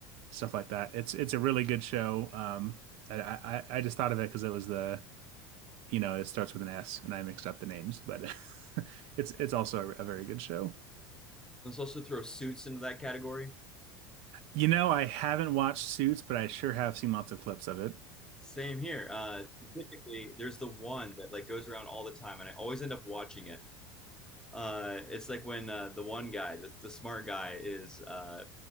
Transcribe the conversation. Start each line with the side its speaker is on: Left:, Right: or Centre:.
Right: stuff like that. It's it's a really good show. Um, I, I I just thought of it because it was the you know it starts with an S, and I mixed up the names, but <laughs> it's it's also a, a very good show.
Centre: Let's also throw suits into that category.
Right: You know, I haven't watched Suits, but I sure have seen lots of clips of it.
Centre: Same here. Uh, specifically, there's the one that like goes around all the time, and I always end up watching it. Uh, it's like when uh, the one guy, the, the smart guy, is uh,